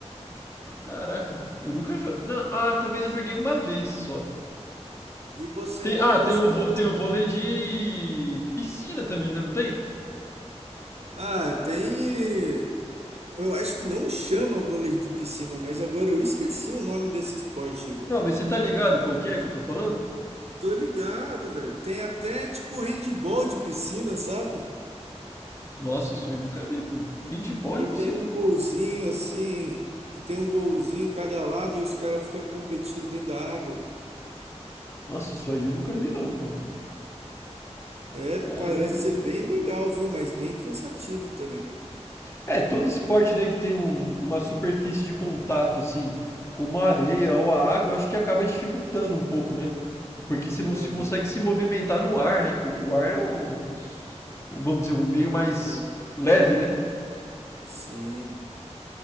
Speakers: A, on the left (about 25°); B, on the right (about 65°).
A: Caraca, eu nunca jo... não, ah, talvez eu joguei uma vez só.
B: E você
A: Tem,
B: não
A: ah,
B: gostou?
A: tem o, vô- tem o vôlei de piscina também, né? Não tem?
B: Ah, tem. Eu acho que não chama vôlei de piscina, mas agora eu esqueci o nome desse esporte, Igor.
A: Não, mas você tá ligado qual que é que eu tô falando?
B: Tô ligado, velho. Tem até tipo handball de piscina, sabe?
A: Nossa, isso aí eu nunca vi, pô. Handball
B: Que
A: de piscina?
B: tem um golzinho assim, que tem um golzinho em cada lado e os caras ficam competindo dentro da água.
A: Nossa, isso aí eu nunca vi não, cara.
B: É, parece
A: Caramba.
B: ser bem legal, viu? Mas bem cansativo também.
A: É, todo esporte, né, que tem um- uma superfície de contato, assim, como a areia ou a água, acho que acaba dificultando um pouco, né? Porque você não se
B: Aham,
A: consegue se movimentar no ar, né? que O o ar é um, vamos dizer, um meio mais
B: sim.
A: leve, né?
B: Sim.